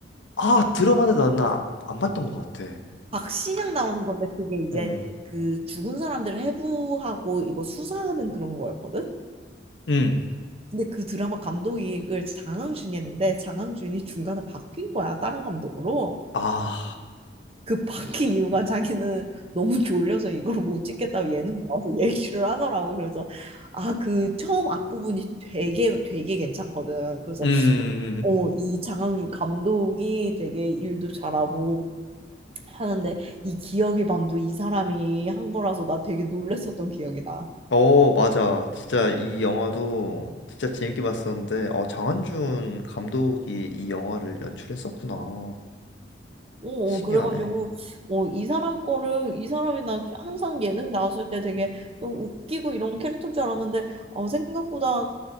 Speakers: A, on the left (about 75°); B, on the right (about 35°).
A: 아, 들어봤는데 나는 아- 안 봤던 것 같아.
B: 박신양 나오는 건데 그게 이제
A: 어,
B: 그 죽은 사람들을 해부하고 이거 수사하는 그런 거였거든?
A: 음.
B: 근데 그 드라마 감독이 장항준이 했는데 장항준이 중간에 바뀐 거야 다른 감독으로
A: 아,
B: 그 바뀐 이유가 자기는 너무 졸려서 이걸 못 찍겠다고 예능 나와서 얘기를 하더라고 그래서 아 그 처음 앞부분이 되게 되게 괜찮거든 그래서
A: 음.
B: 어, 이 장항준 감독이 되게 일도 잘하고 하는데 이 기억의 밤도 이 사람이 한 거라서 나 되게 놀랬었던 기억이 나.
A: 어, 맞아. 진짜 이 영화도 진짜 재밌게 봤었는데, 어, 장한준 감독이 이 영화를 연출했었구나.
B: 어,
A: 신기하네.
B: 어, 그래가지고 어, 이 사람 거를 이 사람이 난 항상 예능 나왔을 때 되게 좀 웃기고 이런 캐릭터인 줄 알았는데 어, 생각보다